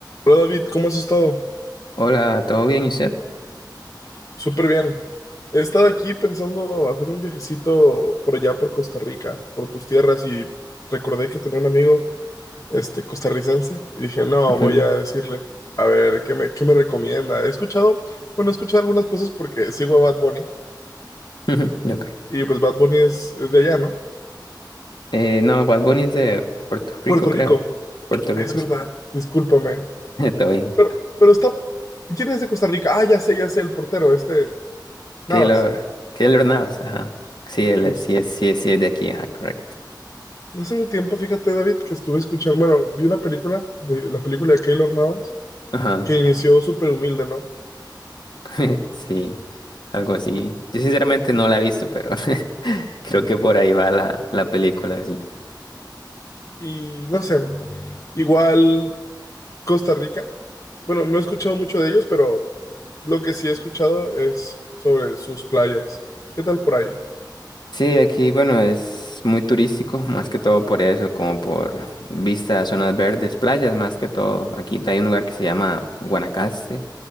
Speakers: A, on the left; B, on the left.
A: Hola David, ¿cómo has estado?
B: Hola, ¿todo bien, Iset?
A: Súper bien. He estado aquí pensando hacerme un viajecito por allá por Costa Rica, por tus tierras y recordé que tenía un amigo este costarricense y dije, "No,
B: Ujú,
A: voy a decirle, a ver, ¿qué me qué me recomienda?" He escuchado, bueno, he escuchado algunas cosas porque sigo a Bad Bunny
B: <laughs> ujú, Ok.
A: y pues Bad Bunny es, es de allá, ¿no?
B: Eh, no, Bad Bunny es de Puerto Rico,
A: Puerto
B: creo.
A: Rico.
B: Puerto Rico,
A: Es verdad.
B: sí.
A: Discúlpame.
B: <laughs> Todo bien.
A: Pero pero está ¿Quién es de Costa Rica? Ah, ya sé, ya sé, el portero, este Navas.
B: Keylor, Keylor Navas, ajá. Sí, él
A: Justo.
B: es- sí, es- sí, es- sí, es de aquí, ajá, correcto.
A: Hace un tiempo, fíjate, David, que estuve escuchando, bueno, vi una película, de, la película de Keylor Navas,
B: Ajá,
A: que inició súper humilde, ¿no?
B: <laughs> sí, algo así. Yo sinceramente no la he visto, pero <laughs> creo que por ahí va la, la película, sí.
A: Y no sé, igual Costa Rica. Bueno, no he escuchado mucho de ellos, pero lo que sí he escuchado es sobre sus playas. ¿Qué tal por ahí?
B: Sí, aquí, bueno, es muy turístico, más que todo por eso, como por vistas, a zonas verdes, playas, más que todo. Aquí hay un lugar que se llama Guanacaste.